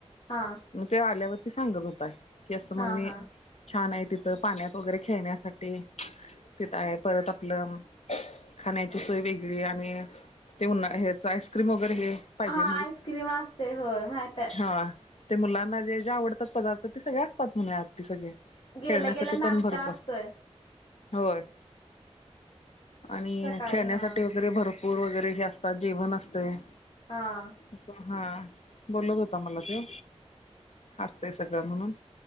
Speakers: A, on the left (about 65°); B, on the left (about 75°).
A: हा.
B: म ते आल्यावरती सांगत होता. की, असं
A: हा
B: मम्मी
A: हा
B: छानय तिथं. पाण्यात वगैरे खेळण्यासाठी. तिथंय. परत आपलं खाण्याची सोय वेगळी. आणि ते उन्हा, हेचं आईस्क्रीम वगैरे, हे पाहिजे
A: हां आईस्क्रीम असतंय. होय, माहितंय.
B: हां. ते मुलांना जे - जे आवडतात पदार्थ. ते सगळे असतात म्हणे, आत ते सगळे.
A: गेल्या
B: खेळण्यासाठी
A: गेल्या नाश्ता
B: पण भरप
A: असतोय
B: होय. आणि
A: सकाळी
B: खेण्यासाठी
A: हा
B: वगैरे, भर पूर वगैरे हेे असतात. जेवण असतंय.
A: हां.
B: असं हां बोलत होता मला त्यो असतंय सगळं म्हणून.